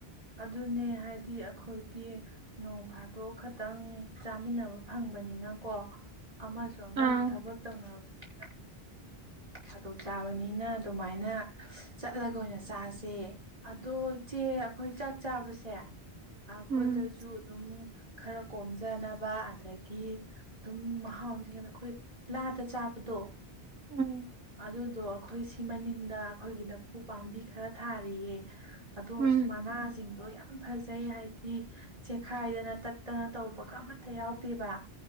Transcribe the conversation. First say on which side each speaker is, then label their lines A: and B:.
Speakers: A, on the right; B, on the right.
A: ꯑꯗꯨꯅꯦ ꯍꯥꯏꯗꯤ ꯑꯩꯈꯣꯏꯗꯤ ꯅꯣꯡ ꯐꯥꯗꯣꯛ ꯈꯇꯪ ꯆꯥꯃꯤꯟꯅꯕ ꯐꯪꯕꯅꯤꯅꯀꯣ ꯑꯃꯁꯨ ꯑꯃꯁꯨ
B: ꯑꯥ
A: ꯊꯕꯛ ꯇꯧꯅꯕꯅꯤꯅ ꯊꯥꯗꯣꯛ ꯆꯥꯕꯅꯤꯅ ꯑꯗꯨꯃꯥꯏꯅ ꯆꯠꯂꯒ ꯑꯣꯏꯅ ꯆꯥꯁꯦ ꯑꯗꯣ ꯏꯆꯦ ꯑꯩꯈꯣꯏ ꯆꯥꯛ ꯆꯥꯕꯁꯦ ꯑꯩꯈꯣꯏꯗꯁꯨ
B: ꯎꯝ
A: ꯑꯗꯨꯝ ꯈꯔ ꯀꯣꯝꯖꯅꯕ ꯑꯗꯒꯤ ꯑꯗꯨꯝ ꯃꯍꯥꯎꯁꯤꯡ ꯑꯩꯈꯣꯏ ꯂꯥꯗ ꯆꯥꯕꯗꯣ
B: ꯎꯝ
A: ꯑꯗꯨꯗꯣ ꯑꯩꯈꯣꯏ ꯁꯤ ꯃꯅꯤꯡ ꯗ ꯑꯩꯈꯣꯏꯒꯤ ꯂꯐꯨ ꯄꯥꯝꯕꯤ ꯈꯔ ꯊꯥꯔꯤꯌꯦ ꯑꯗꯣ
B: ꯎꯝ
A: ꯑ ꯃꯅꯥꯁꯤꯡꯗꯣ ꯌꯥꯝ ꯐꯖꯩ ꯍꯥꯏꯗꯤ ꯆꯦꯈꯥꯏꯗꯅ ꯇꯠꯇꯅ ꯇꯧꯕꯒ ꯑꯃꯠꯇ ꯌꯥꯎꯗꯦꯕ